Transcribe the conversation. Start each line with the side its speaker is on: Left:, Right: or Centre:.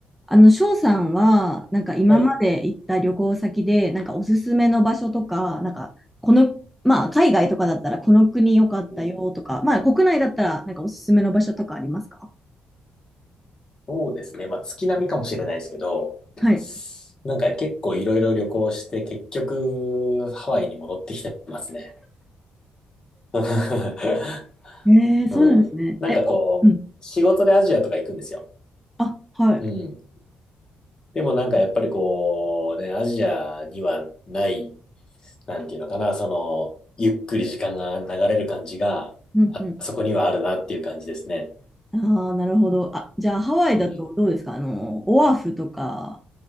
Centre: あの、翔さんは、なんか今まで行った旅行先で、
Left: はい。
Centre: なんかおすすめの場所とか、なんか、この、まあ、海外とかだったら、この国良かったよとか、
Left: うん、
Centre: まあ、国内だったら、なんかおすすめの場所とかありますか
Left: そうですね。まあ、月並みかもしれないですけど、
Centre: はい。
Left: なんか結構いろいろ旅行して、結局、ハワイに戻ってきてますね。<laughs>
Centre: ええそうなんですね。
Left: うん。なんかこう、
Centre: え、お、うん。
Left: 仕事でアジアとか行くんですよ。
Centre: あ、はい。
Left: うん。でもなんかやっぱりこう、ね、アジアにはない、なんていうのかな、その、ゆっくり時間が流れる感じが、
Centre: うんうん。
Left: そこにはあるなっていう感じですね。
Centre: ああ、なるほど。あ、じゃあ、ハワイだとどうですかあの、
Left: うん。
Centre: オアフとか、